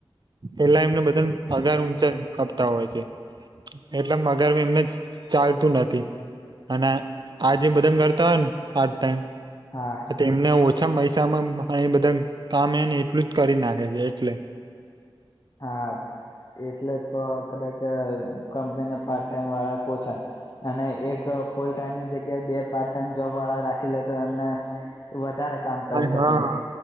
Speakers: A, on the right; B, on the left.
A: એટલા એમને બધાને પગાર ઊંચા આપતા હોય છે. એટલે મગર બી એમને જ ચાલતું નથી અને આજે બધા કરતા હોય ને પાટ ટાઈમ
B: હા
A: એમને ઓછા પૈસામાં બધ કામ એ ને એટલું જ કરી નાખે છે, એટલે
B: હા, એટલે તો કદાચ કંપનીને પાર્ટ ટાઈમ વાળા પોસાય અને એક ફૂલ ટાઈમની જગ યા બે પાર્ટ ટાઈમ જોબ વાળા રાખી લે તો એમને વધારે કામ કરી શકે
A: હા